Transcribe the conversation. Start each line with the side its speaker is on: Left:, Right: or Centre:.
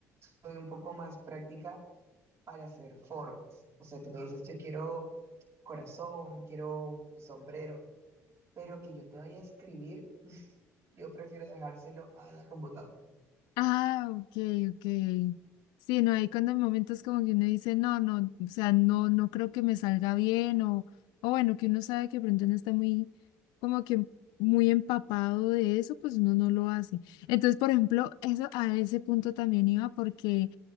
Right: soy un poco más práctica para hacer formas. O sea, tú me dices, yo quiero corazón, quiero un sombrero, pero que yo te vaya a escribir, yo prefiero dejárselo a la computadora.
Left: Ah, ok, ok. Sí, no, hay cuando hay momentos como que uno dice, no, no, o sea, no, no creo que me salga bien, o, o bueno, que uno sabe que de pronto no está muy, como que muy empapado de eso, pues uno no lo hace. Entonces, por ejemplo, eso a ese punto también iba porque